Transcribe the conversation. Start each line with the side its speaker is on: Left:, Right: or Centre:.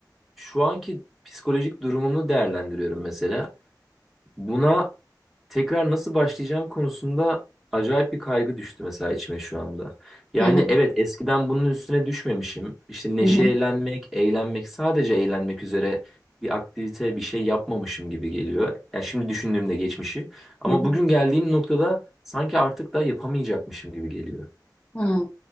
Centre: şu anki psikolojik durumumu değerlendiriyorum mesela. Buna tekrar nasıl başlayacağım konusunda acayip bir kaygı düştü mesela içime şu anda. Yani
Left: Hı hı,
Centre: evet eskiden bunun üstüne düşmemişim. İşte neşelenmek,
Left: hı hı,
Centre: eğlenmek, sadece eğlenmek üzere bir aktivite, bir şey yapmamışım gibi geliyor. Yani şimdi düşündüğümde geçmişi. Ama
Left: hı hı.
Centre: bugün geldiğim noktada sanki artık da yapamayacakmışım gibi geliyor.
Left: Hmm.